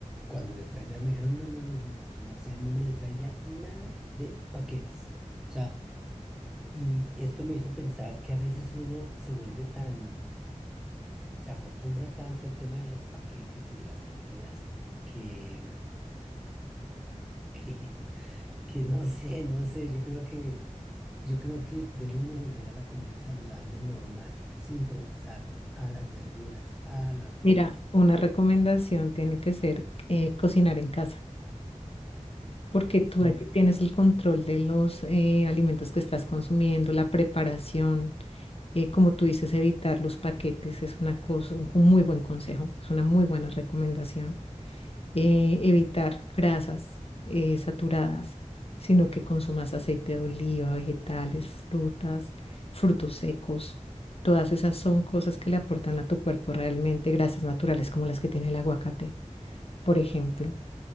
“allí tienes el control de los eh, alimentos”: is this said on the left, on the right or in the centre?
Left